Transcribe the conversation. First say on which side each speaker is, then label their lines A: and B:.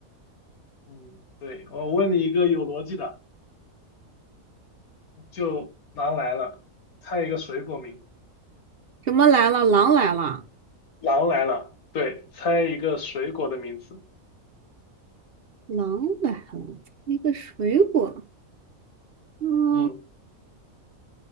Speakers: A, on the left; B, on the right.
A: 嗯，对，我问你一个有逻辑的，就狼来了，猜一个水果名。
B: 什么来了，狼来了，
A: 狼来了，对，猜一个水果的名字。
B: 狼来了，那个水果，嗯
A: 嗯。